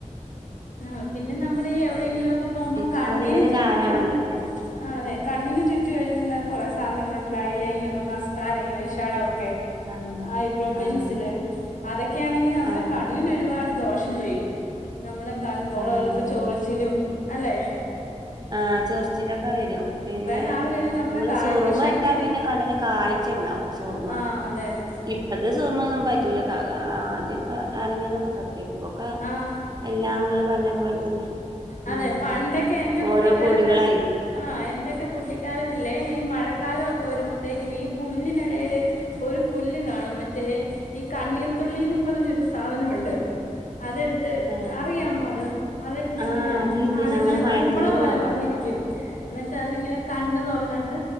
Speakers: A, on the left; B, on the right.
A: ആഹ് പിന്നെ നമ്മളീ എവിടേങ്കിലുമൊക്കെ പോകുമ്പോ
B: ഇപ്പൊ
A: കണ്ണിന്
B: അതിന്റെ ഒരു
A: ചുറ്റും
B: കാലാണല്ലോ അല്ലേ
A: ആഹ് അതെ കണ്ണിന് ചുറ്റും എഴുതുന്ന കൊറെ സാധനങ്ങളുണ്ടല്ലോ ഐ ലൈനറും മസ്ക്കാരയും ഐശാടോ ഒക്കെ
B: ആഹ്
A: ഐബ്രോ പെൻസില്
B: ആഹ്
A: അതൊക്കെയാണെങ്കി നമ്മളെ
B: ആഹ്
A: കണ്ണിന് ഒരുപാട് ദോഷ് <unintelligible> ചെയ്യും നമ്മളെ കൺപോളകൾക്ക്
B: ആഹ് അതെ
A: ചൊറിച്ചിലും അല്ലേ
B: ആഹ് ചൊറിച്ചിലൊക്കെ വരും പിന്നെ
A: നാള് കഴിഞ്ഞ് നമ്മുടെ
B: നമ്മള്
A: കാഴ്ച
B: സുറുമ
A: ശക്തിക്ക്
B: ഇട്ടാ പിന്നെ കണ്ണിന് കാഴ് ച്ച ഇണ്ടാവും സുറുമ
A: ആഹ് അതെ അതെ
B: ഇ പ്പഴത്തെ സുറുമ ഒന്നും പറ്റൂല ആദ്യൊക്കെ എറങ്ങിയതൊക്കെ പറ്റേ ഇപ്പൊക്കെ
A: ആഹ്
B: എല്ലാം ഇങ്ങള് പറഞ്ഞ പോല തന്നെ
A: അതേ
B: ഉം
A: പണ്ടൊക്കെ എന്റെ
B: ഓരോ
A: കുട്ടിക്കാലത്ത്
B: പൊടികളായിരിക്കും
A: ആഹ് എന്റെക്ക കുട്ടിക്കാലത്തില്ലേ ഈ മഴക്കാലൊക്ക വരുമ്പത്തേക്ക്‌നീ പുല്ലിന് എടേല് ഒരു പുല്ല് കാണും മറ്റേ ഈ കണ്ണീർത്തുള്ളീന്നും പറഞ്ഞൊരു സാധനൊണ്ട് അതെടുത്ത്
B: ആഹ്
A: അറിയാമോ അത് അതെടു ത്ത്
B: ആഹ്
A: ഇങ്ങനെ
B: അറിയും
A: അതിങ്ങനെ
B: ഞങ്ങള് മഴത്തുള്ളിന്ന്
A: കുമള പോലെ
B: പറയണ്ട്
A: വന്നിരിക്കും എന്നിട്ട് അതിങ്ങനെ കണ്ണ് തൊറന്നിട്ട്